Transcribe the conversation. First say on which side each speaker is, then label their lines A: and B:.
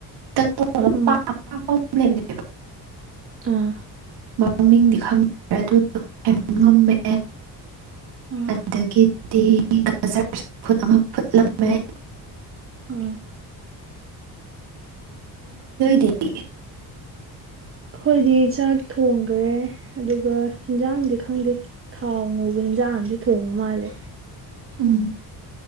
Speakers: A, on the right; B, on the right.
A: ꯇꯧꯔꯒ
B: ꯑꯥ
A: ꯂꯩꯕꯅꯦꯕ
B: ꯑꯥ
A: ꯃꯃꯤꯡꯗꯤ ꯈꯪꯗ꯭ꯔꯦ ꯑꯗꯨ ꯉꯝꯃꯦ
B: ꯑꯥ
A: ꯑꯗꯒꯤ ꯖ ꯐꯨꯠ ꯑꯃ ꯐꯨꯠꯂꯝꯃꯦ
B: ꯑꯥ
A: ꯗꯤ <inaudible>
B: ꯑꯩꯣꯏꯗꯤ ꯆꯥꯛ ꯊꯣꯡꯈ꯭ꯔꯦ ꯑꯗꯨꯒ ꯏꯟꯖꯥꯡꯗꯤ ꯈꯪꯗꯦ ꯊꯥꯎ ꯉꯨꯕꯅꯤ ꯖꯗꯤ ꯊꯣꯡꯉ ꯃꯥꯦ
A: ꯎꯝ